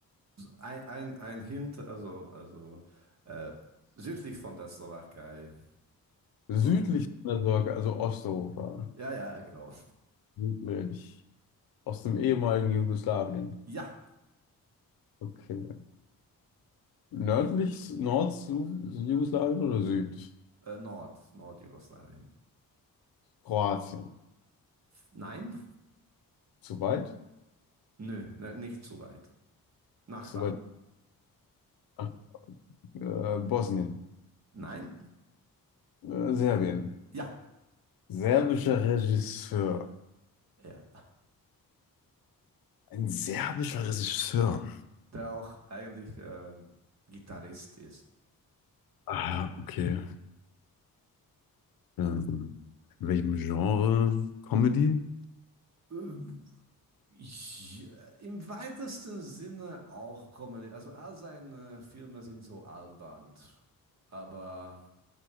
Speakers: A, on the right; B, on the left.
A: ein, ein, ein Hint, also, also äh, südlich von der Slowakei
B: Südlich
A: noch.
B: von der Sorge, also Osteuropa.
A: Ja, ja, genau.
B: Südlich. Aus dem ehemaligen Jugoslawien.
A: Ja,
B: Okay. Nördlich, Nord-Jugoslawien oder Süd?
A: äh, Nord, Nordjugoslawien.
B: Kroatien.
A: Nein,
B: Zu weit?
A: nö, ne, nicht zu weit. Nachbar.
B: Zu weit. Ach, äh, Bosnien.
A: Nein?
B: Äh, Serbien.
A: Ja,
B: Serbischer Regisseur.
A: er.
B: Ein serbischer Regisseur.
A: Der auch eigentlich ähm, Gitarrist ist.
B: Ah, okay. Ähm, in welchem Genre? Comedy?
A: Ähm, Ich, äh, Im weitesten Sinne auch Comedy. Also all seine Filme sind so albern. Aber,